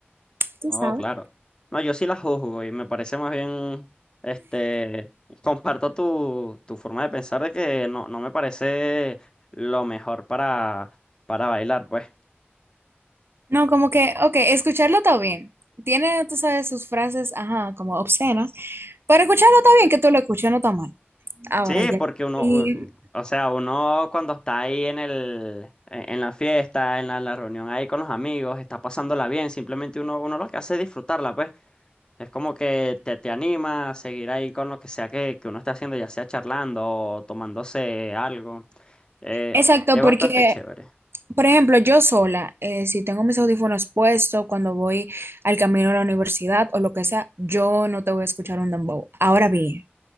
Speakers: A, on the right; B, on the left.
A: tú
B: no,
A: sabes.
B: claro. No, yo sí la juzgo y me parece más bien, este, comparto tu, tu forma de pensar de que no, no me parece lo mejor para, para bailar, pues.
A: No, como que, ok, escucharlo está bien. Tiene, tú sabes, sus frases, ajá, como obscenas, pero escucharlo está bien, que tú lo escuches, no está mal. Ahora
B: Sí,
A: ya.
B: porque uno,
A: Y-
B: un- o sea, uno cuando está ahí en el, en en la fiesta, en la, en la reunión ahí con los amigos, está pasándola bien, simplemente uno, uno lo que hace es disfrutarla, pues. Es como que te, te anima a seguir ahí con lo que sea que, que uno esté haciendo, ya sea charlando o tomándose algo. Eh,
A: exacto,
B: es
A: porque,
B: bastante chévere.
A: por ejemplo, yo sola, eh, si tengo mis audífonos puestos cuando voy al camino a la universidad o lo que sea, yo no te voy a escuchar un dembow. Ahora bien.